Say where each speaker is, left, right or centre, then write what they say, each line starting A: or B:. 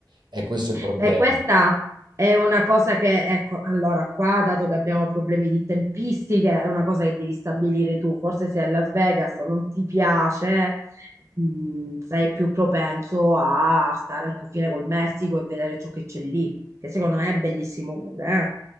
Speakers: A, on the right (about 75°); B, on the right (about 40°).
A: e questo è il problema.
B: beh, questa è una cosa che, ecco, allora qua, dato che abbiamo problemi di tempistiche, è una cosa che devi stabilire tu. Forse se a Las Vegas non ti piace, mh, sei più propenso a stare al confine col Messico e vedere ciò che c'è lì, che secondo me è bellissimo pure, eh?